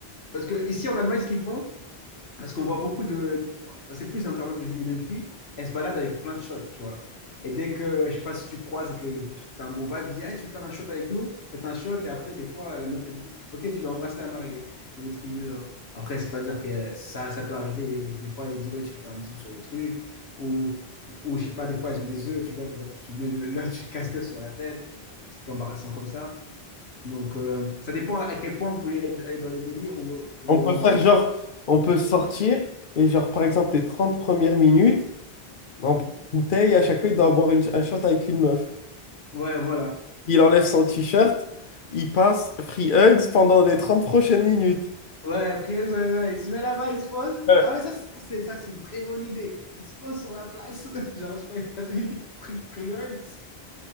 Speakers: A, on the left; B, on the left.
A: Parce que ici en Allemagne, ce qu'ils font, parce qu'on voit beaucoup de. C'est plus un terme de jeunes et de filles, elles se baladent avec plein de shots, tu vois. Et dès que, je sais pas si tu croises et que tu trouves que t'as un bon vibe, dis, hey, tu veux faire un shot avec nous? Faites un shot. Et après, des fois, la meuf, elle dit, ok, tu dois embrasser la mariée. Ou des trucs du genre. Après, c'est pas dire que ça, ça peut arriver. Des fois, elle dit, ouais, tu fais un bisou sur le truc. Ou, ou je sais pas, des fois, elles ont des œufs et tu vois, tu, vois, tu mets le, là, tu casques sur la tête comparaison comme ça. Donc, euh, ça dépend à quel point vous voulez aller dans les délires ou le.
B: On peut faire genre, on peut sortir et genre, par exemple, les 30 premières minutes, on
A: Hmm.
B: prend une bouteille, à chaque fois, il doit boire une- un shot avec une meuf.
A: Ouais, voilà.
B: Il enlève son t-shirt, il passe free hugs pendant les 30 prochaines minutes.
A: Ouais, Friox, ouais, ouais, il se met là-bas, il se pose.
B: Ouais,
A: Ah ouais, ça, c'est c'est- ça, c'est une très bonne idée. Il se pose sur la place. <laughs> Genre, je sais pas, il passe un truc free hugs.